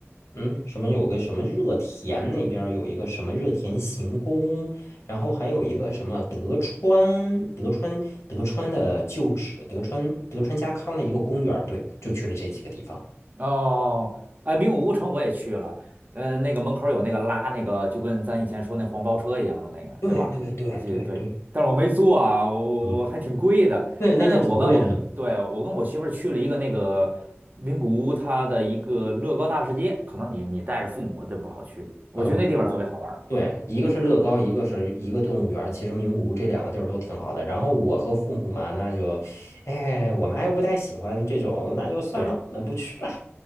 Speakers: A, on the left; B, on the right.
A: 嗯，什么有个什么热田那边儿有一个什么热田行宫，然后还有一个什么德川德川德川的旧址，德川德川家康的一个公园儿对，就去了这几个地方。
B: 哦，哎，名古屋城我也去了，嗯、那个门口有那个拉那个，就跟咱以前说那黄包车一样的那个，
A: 对对对对对，
B: 对吧？我记得对，但是我没坐啊，我我还挺贵的。
A: 嗯，对，那个挺贵的。
B: 但是我跟我对我跟我媳妇儿去了一个那个名古屋，它的一个乐高大世界，可能你你带着父母就不好去，我觉得那地方特别好玩儿。
A: 呃，我对，一个是乐高，一个是一个动物园儿其实名古屋这两个地儿都挺好的。然后我和父母嘛，那就，哎，我妈又不太喜欢这种，那就算了，
B: 对。
A: 我们不去了。